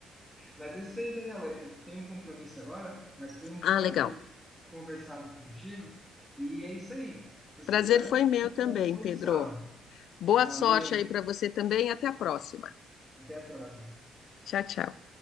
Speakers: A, in the centre; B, on the left.
A: mas é isso aí, Daniela. Eu tenho um compromisso agora, mas foi um
B: Ah,
A: prazer
B: legal.
A: ter conversado contigo. E é isso aí. Precisando,
B: Prazer foi meu
A: estou
B: também,
A: à disposição.
B: Pedro. Boa
A: Valeu,
B: sorte aí para você também. e Até a próxima.
A: até a próxima.
B: Tchau, tchau.